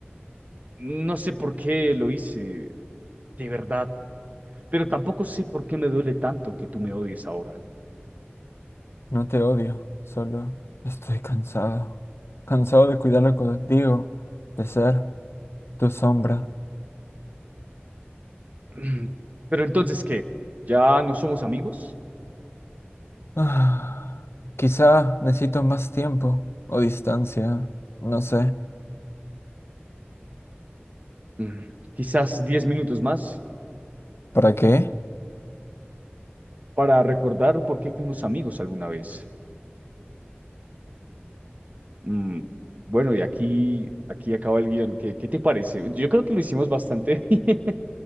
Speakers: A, on the right (about 40°); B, on the left (about 75°).
A: No sé por qué lo hice, de verdad. Pero tampoco sé por qué me duele tanto que tú me odies ahora. <clears throat>
B: No te odio, solo estoy cansado. Cansado de cuidarlo contigo, de ser tu sombra.
A: Mm, Pero entonces, ¿qué? ¿Ya no somos amigos?
B: Ah, quizá necesito más tiempo o distancia, no sé.
A: mm, quizás 10 minutos más
B: ¿Para qué?
A: para recordar por qué fuimos amigos alguna vez. Mm, bueno, y aquí, aquí acaba el guión. ¿Qué, qué te parece? Yo creo que lo hicimos bastante. <laughs>